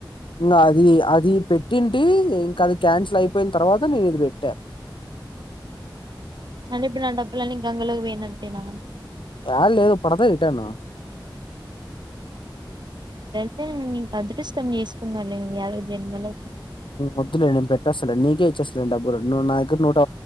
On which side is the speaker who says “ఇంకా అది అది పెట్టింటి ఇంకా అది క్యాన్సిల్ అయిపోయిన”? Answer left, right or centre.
Left